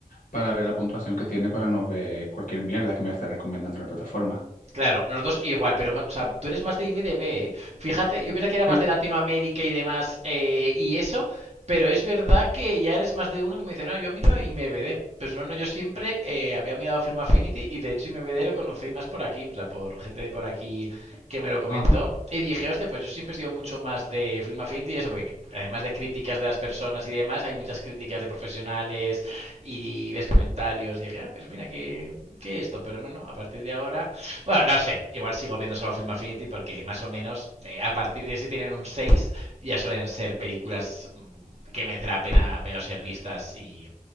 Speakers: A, on the left; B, on the right.
A: para ver la puntuación que tiene para no ver cualquier mierda que me esté recomendando la plataforma.
B: Claro, nosotros igual, pero más, o sea, tú eres más de IMDB, ¿eh? Fíjate, yo pensaba que era más
A: Sí,
B: de Latinoamérica y demás eh, y eso, pero es verdad que ya eres más de uno que me dice, no, yo miro IMDB. Pues no, no, yo siempre eh, había mirado Film Affinity y de hecho IMDB lo conocí más por aquí, o sea, por gente de por aquí que me lo comentó.
A: ajá,
B: Y dije, hostia, pues yo siempre he sido mucho más de Film Affinity y eso, porque además de críticas de las personas y demás, hay muchas muchas críticas de profesionales y, ves comentarios. Y dije, ah, pues mira, que, que esto. Pero no, no, a partir de ahora. Bueno, no sé, igual sigo viendo solo Film Affinity porque más o menos eh, a partir de ese tienen un 6 ya suelen ser películas mm, que merece la pena medio ser vistas y,